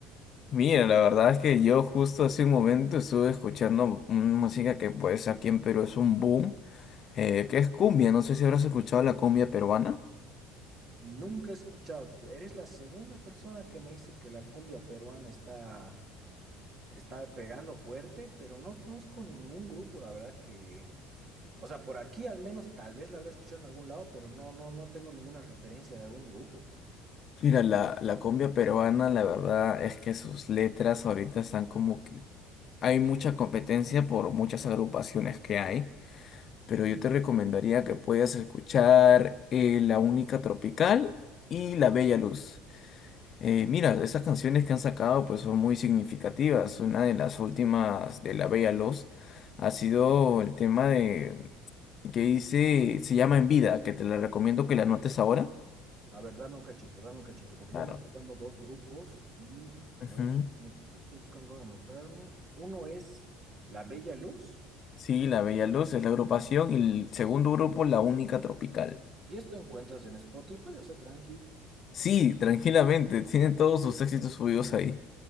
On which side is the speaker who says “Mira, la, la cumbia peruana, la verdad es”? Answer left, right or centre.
Left